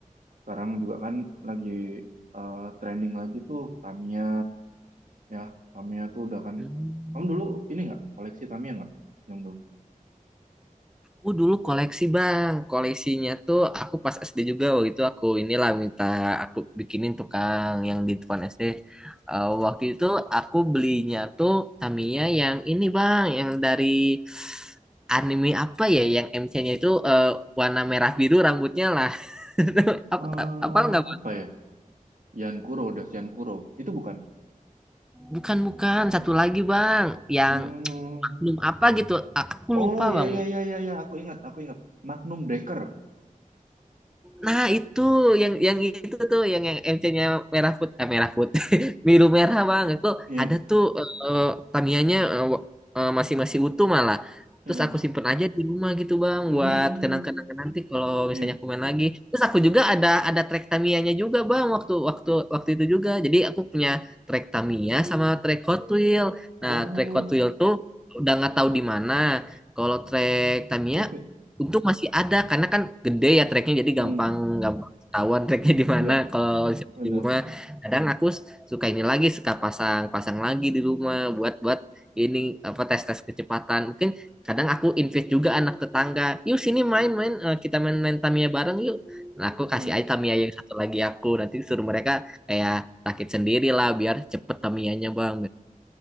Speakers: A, on the right; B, in the centre.
A: sekarang juga kan lagi eh, trending lagi tuh Tamiya ya. Tamiya tuh udah kan.
B: Hmm.
A: Kamu dulu ini nggak koleksi Tamiya nggak? Yang dulu.
B: Aku dulu koleksi bang, koleksinya tuh aku pas SD juga waktu itu aku inilah minta aku bikinin tukang yang di depan SD. Eh, waktu itu aku belinya tuh Tamiya yang ini bang, yang dari anime apa ya, yang MC-nya itu eh, warna merah biru rambutnya lah. Apa
A: Eh,
B: apa nggak bang?
A: apa ya? Yan Kuro, udah Yan Kuro. Itu bukan.
B: Bukan bukan, satu lagi bang, yang
A: Hmm.
B: oknum apa gitu, A- aku lupa
A: Oh ya
B: bang.
A: ya ya ya iya. Aku ingat aku ingat. Magnum Breaker.
B: Nah, itu yang yang itu tuh yang yang MC-nya merah putih, eh, merah putih, <laughs> biru
A: Eh,
B: merah Bang. Itu
A: Iya.
B: ada tuh eh, Tamiya-nya eh, wa- eh, masih masih utuh malah.
A: Mm-mm.
B: Terus aku simpen aja di rumah gitu Bang
A: Hmm.
B: buat kenang-kenangan nanti kalau
A: Iya.
B: misalnya aku main lagi. Terus aku juga ada ada track Tamiya-nya juga Bang waktu waktu waktu itu juga. Jadi aku punya track Tamiya sama track Hot Wheel. Nah,
A: Oh.
B: track Hot Wheel tuh udah nggak tahu di mana. Kalau track Tamiya
A: <laughs>
B: Untung masih ada karena kan gede ya treknya jadi
A: Hmm.
B: gampang gampang ketahuan treknya di
A: ya
B: mana. Kalau
A: benar.
B: di rumah kadang aku suka ini lagi suka pasang pasang lagi di rumah buat buat ini apa tes tes kecepatan. Mungkin kadang aku invite juga anak tetangga. Yuk sini main-main eh, kita main-main Tamiya bareng yuk. Nah, aku
A: Hmm.
B: kasih aja Tamiya yang satu lagi aku nanti suruh mereka kayak rakit sendiri lah biar cepet Tamiyanya bang.